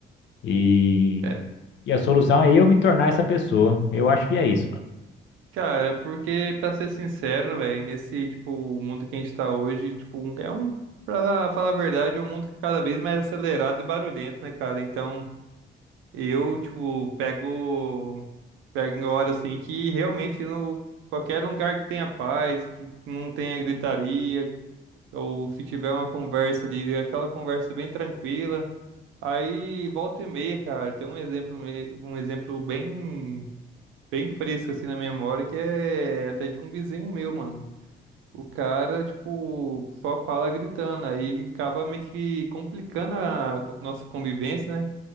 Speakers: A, on the left; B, on the right.
A: E,
B: É,
A: e a solução é eu me tornar essa pessoa. Eu acho que é isso, mano.
B: cara, porque, pra ser sincero, velho, nesse, tipo, mundo que a gente tá hoje, tipo, é um, pra falar a verdade, é um mundo que é cada vez mais acelerado e barulhento, né, cara? Então. Eu, tipo, pego, pego em hora assim que realmente no qualquer lugar que tenha paz, que não tenha gritaria, ou se tiver uma conversa ali, aquela conversa bem tranquila. Aí volta e meia, cara, tem um exemplo, me- um exemplo bem, bem fresco assim na minha memória, que é até de um vizinho meu, mano. O cara, tipo, só fala gritando, aí acaba meio que complicando a nossa convivência, né?